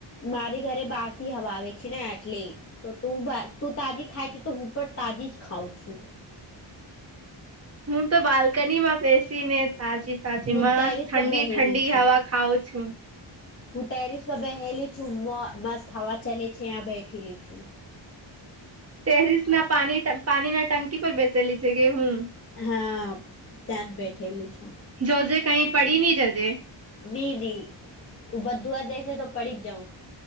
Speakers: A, on the left; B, on the right.
A: મારી ઘરે બાસી હવા આવે છે ને એટલી તો તું તું તાજી ખાય છે તો હું પણ તાજી જ ખાઉં છું
B: હું તો બાલ્કની માં બેસી ને તાજી તાજી
A: હું ટેરિસ
B: સ ઠંડી
A: પર બેહેલી
B: ઠંડી
A: છું.
B: હવા ખઉ છું
A: હું ટેરિસ માં બેલી છું મસ્ થવા ચાલે છે્યાં બેઠેલી છું
B: ટેરિસ ના પા પાણી ના ટંકી પર બેસેલી છે કે હું
A: હા ત્યાં જ બેઠેલી છું
B: જોજે કઈ પડી નહી જજે
A: નઈ નહી તું બધું જ દેસે તો પડી જ જાઉં